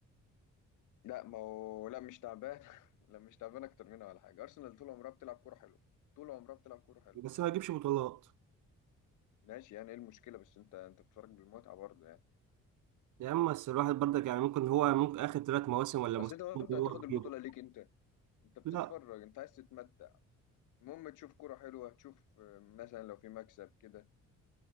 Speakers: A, on the left; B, on the right.
A: لا ما هو لا مش تعبان <laughs> لا مش تعبان اكتر منها ولا حاجه ارسنال طول عمرها بتلعب كوره حلوه طول عمرها بتلعب كوره حلوه
B: بس ما يجيبش بطولات
A: ماشي يعني ايه المشكله بس انت انت بتتفرج بالمتعه برضه يعني.
B: يا عم بس الواحد برضك يعني ممكن هو ممكن اخر ثلاث مواسم ولا
A: اصل
B: موسمين
A: انت وانت
B: اللي
A: هتاخد
B: هو بيجيبه
A: البطوله ليك انت انت بتتفرج
B: لا
A: انت عايز تتمتع المهم تشوف كرة حلوه تشوف آه، مثلا لو في مكسب كده